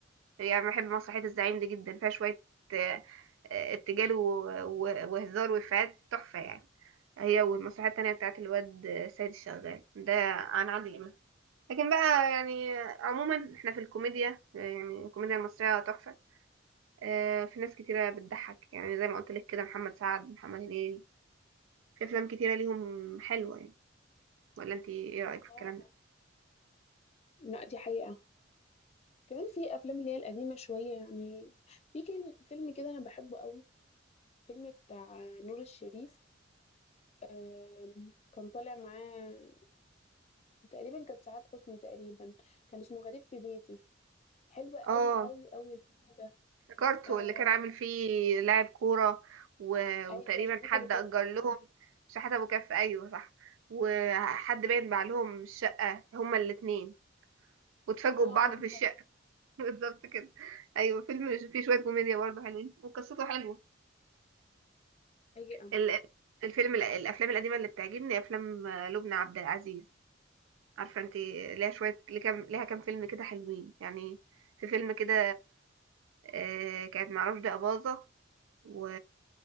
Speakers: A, on the right; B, on the left.
A: يعني بحب مسرحيه الزعيم دي جدا فيها شويه آه، آه، ارتجال و... و... وهزار وافيهات تحفه يعني هي والمسرحيه التانية بتاعت الواد آه، سيد الشغال ده عن عادل امام لكن بقى يعني عموما احنا في الكوميديا يعني الكوميديا المصرية تحفة آه، في ناس كتيرة بتضحك يعني زي ما قلت لك كده محمد سعد محمد هنيدي في افلام كتيرة ليهم حلوة يعني ولا انت ايه رأيك في
B: اه
A: الكلام ده
B: لا دي حقيقة كمان في أفلام اللي هي القديمة شوية يعني في كل- فيلم كده أنا بحبه قوي فيلم بتاع نور الشريف آم، كان طالع معاه تقريبا كانت سعاد حسني تقريبا كان اسمه غريب في بيتي حلو قوي
A: اه
B: قوي قوي الفيلم ده
A: افتكرته
B: آه،
A: اللي كان عامل فيه لاعب كورة و... وتقريبا
B: ايوه شحاتة
A: حد
B: ابو كف
A: أجر لهم شحات أبو كف أيوه صح وحد باين باع لهم الشقة هما الاتنين واتفاجئوا
B: اه
A: ببعض
B: بالظبط
A: في الشقة <laughs> بالظبط كده أيوه فيلم فيه شوية كوميديا برضه حلوين وقصته حلوة
B: حقيقة
A: ال- الفيلم الافلام القديمه اللي بتعجبني افلام لبنى عبد العزيز عارفه انت ليها شويه ليه كام ليها كام فيلم كده حلوين يعني في فيلم كده آه، كانت مع رشدي اباظه و...